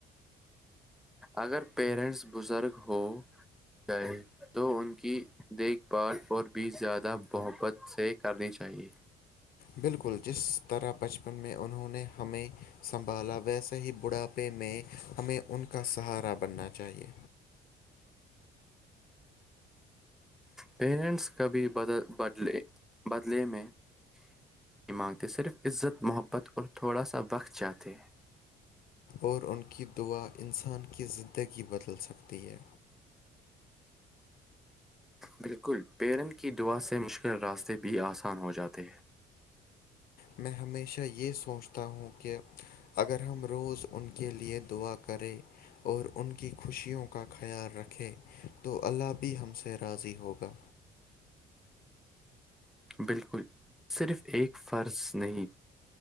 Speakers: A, in the centre; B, on the left.
A: اگر پیرنٹس بزرگ ہو جائے تو ان کی دیکھ بھال اور بھی زیادہ محبت سے کرنی چاہیے
B: بالکل جس طرح بچپن میں انہوں نے ہمیں سنبھالا ویسے ص ہی بڑھاپے میں ہمیں ان کا سہارا بننا چاہیے
A: پیرنٹس کا بھی بد بدلے بدلے میں نہیں مانگتے صرف عزت محبت اور تھوڑا سا وقت چاہتے ہیں
B: اور ان کی دعا انسان کی زندگی بدل سکتی ہے
A: بالکل پیرن کی دعا سے مشکل راستے بھی آسان ہو جاتے ہیں
B: میں ہمیشہ یہ سوچتا ہوں کہ اگر ہم روز ان کے لیے دعا کریں اور ان کی خوشیوں کا خیال رکھے تو اللہ بھی ہم سے راضی ہوگا
A: بالکل صرف ایک فرض نہیں